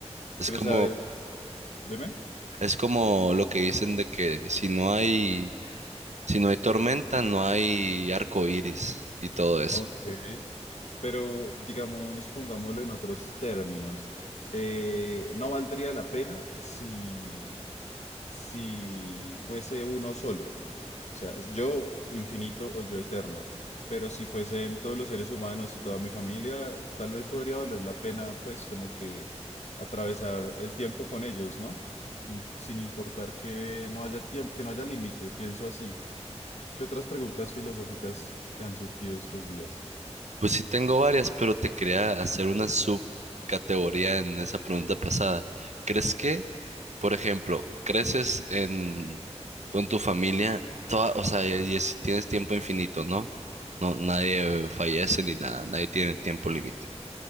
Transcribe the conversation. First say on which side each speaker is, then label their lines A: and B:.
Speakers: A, on the right; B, on the left.
A: Es
B: Pero
A: como,
B: sabes, dime.
A: es como lo que dicen de que si no hay, si no hay tormenta, no hay arco iris y todo eso.
B: Ok. Pero digamos, pongámoslo en otros términos. eh, no valdría la pena si, si fuese uno solo. O sea, yo infinito o yo eterno. Pero si fuesen todos los seres humanos y toda mi familia, tal vez podría valer la pena, pues, como que atravesar el tiempo con ellos, ¿no? Im- sin importar que no haya tiempo, que no haya límite, pienso así. ¿Qué otras preguntas filosóficas te han surgido estos días?
A: Pues sí tengo varias, pero te quería hacer una subcategoría en esa pregunta pasada. ¿Crees que, por ejemplo, creces en con tu familia toda, o sea, y y si tienes tiempo infinito, ¿no? No, nadie fallece ni nada, nadie tiene tiempo límite.